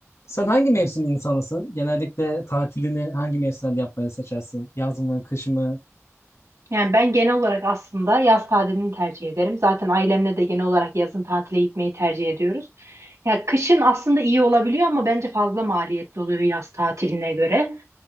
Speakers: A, on the left; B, on the right.
A: Sen hangi mevsim insanısın? Genellikle tatilini hangi mevsimlerde yapmayı seçersin? Yaz mı, kış mı?
B: Yani ben genel olarak aslında yaz tatilini tercih ederim. Zaten ailemle de genel olarak yazın tatile gitmeyi tercih ediyoruz. Ya kışın aslında iyi olabiliyor ama bence fazla maliyetli oluyor yaz tatiline göre.